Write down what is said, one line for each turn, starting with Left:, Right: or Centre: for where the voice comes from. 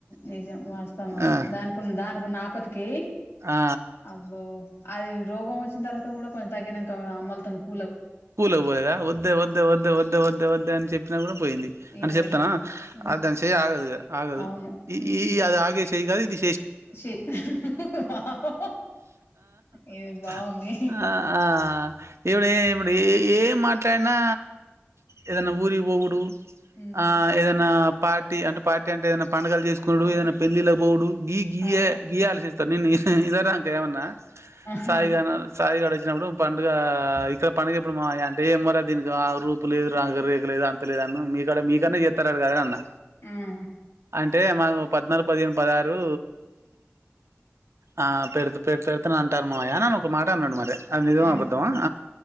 Left: నిజం వాస్తాం మరి
Right: ఆ
Left: దానినికిన్న దానినికిన్న ఆపతికి
Right: ఆ
Left: అబ్బ అది రోగం వచ్చిన తర్వాత కూడా కొంచెం తగ్గినాక అమ్మలు తనుకో
Right: కూల పోలేదా వద్దే వద్దే వద్దే వద్దే వద్దే వద్దే అని చెప్పినా కూడా పోయింది
Left: ఈనలేదు
Right: అని చెప్తానా
Left: మ్
Right: అది దాని చేయ ఆగదు ఆదు
Left: అవును
Right: ఈ
Left: మ్
Right: ఈ అది ఆగే చేయగాదు ఇది
Left: ఛీ వావ్ ఇది బాగుంది
Right: <unintelligible> <unintelligible> ఏ మాట్లాడినా ఏదైనా ఊరికి పొగుడదు
Left: మ్
Right: ఆ ఏదైనా పార్టీ అంటే పార్టీ అంటే ఏదైనా పండుగలు చేసుకున్నాడు
Left: అదే
Right: ఏదైనా పెళ్ళిల పోోవుడు గీ గీయ
Left: ఆ
Right: గీయ ఆలోచ నేన్న ఇదార అంక ఏమన్నా
Left: ఆహా
Right: సాయిగా సాయిగాడ వచ్చినప్పుడు పండుగ ఇక్కడ పనికి ఎప్పుడు మా అంటే ఏమరా దీనికి ఆ రూపు లేదు రాక రేఖ లేదు అంత లేదు అన్న మీక్కడ మీకన్నా చేస్తారాడు కదని అన్న
Left: మ్
Right: అంటే మాకు పద్నాలుగు పదిహేను పదహారు ఆ పెడుతుూ పె పెడుతు అంటారు మాయా అని ఒక మాట అన్నాడు మరి అరే అది నిజం
Left: ఆ ఆ
Right: అబద్ధమా